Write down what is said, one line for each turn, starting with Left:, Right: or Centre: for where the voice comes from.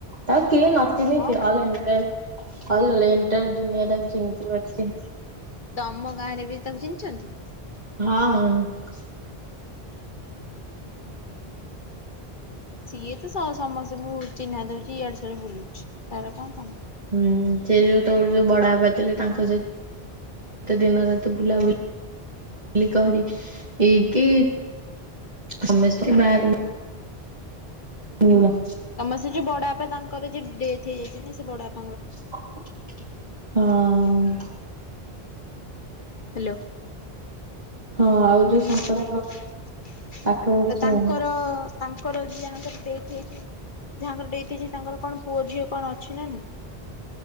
Right: ତାକୁ କିଏ ନ ଚିହ୍ନିଚି
Left: ହଁ
Right: ଅଲ ଏଣ୍ଟାର ଅଲ ଏଣ୍ଟାର ଦୁନିଆ ତାକୁ ଚିହ୍ନିକି ବସିଛି।
Left: ତମ ଗାଁ ରେ ବି ତାକୁ ଚିହ୍ନିଛନ୍ତି।
Right: ହଁ।
Left: <inaudible> ସିଏ ତ ସମସ୍ତଙ୍କୁ ଚିହ୍ନା ଦେଉଛି ଇଆଡେ ସଆଡେ ବୁଲୁଛି ତାର କଣ କାମ।
Right: ହୁଁ ସେ ଯୋଉ ତୋର ଯୋଉ ବଡବାପା ଥିଲେ ତାଙ୍କ ସହିତ ତ ଦିନରାତି ବୁଲାବୁଲିୁ କରିକି ସମସ୍ତେ ବାହାରେ <unintelligible>
Left: ତମର ସେ ଯୋଉ ବଡବାପା ତାଙ୍କର ଯଉ ଡେଥ୍ ହେଇ ଯାଇଛି ନା ସେ ବଡ ବାପା
Right: ହଁ।
Left: ହ୍ୟାଲୋ।
Right: ହଁ ଆଉ
Left: ହୁଁ
Right: ଯୋଉ ଶଙ୍କରାଙ୍କ
Left: ତ
Right: ପାଠ ପଢୁଛି
Left: ତାଙ୍କର
Right: ଆଉ।
Left: ତାଙ୍କ ଙ୍କର ଯାହାଙ୍କର ଡେଥ ହେଇଛି ଯାହାଙ୍କର ଡେଥ ହେଇଛି ତାଙ୍କର କଣ ପୁଅଝିଅ କଣ ଅଛି ନାଇଁ?